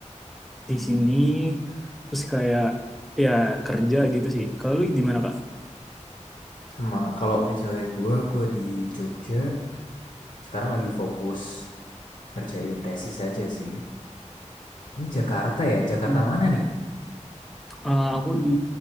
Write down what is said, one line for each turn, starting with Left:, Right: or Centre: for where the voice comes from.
Centre: di sini terus kayak ya kerja gitu sih. Kalau lu gimana Kak?
Left: Sama kalau misalnya gua, gua di Jogja, sekarang lagi fokus ngerjain tesis aja sih. Ini Jakarta ya, Jakarta
Centre: Hmm.
Left: mana nih?
Centre: Eh, aku di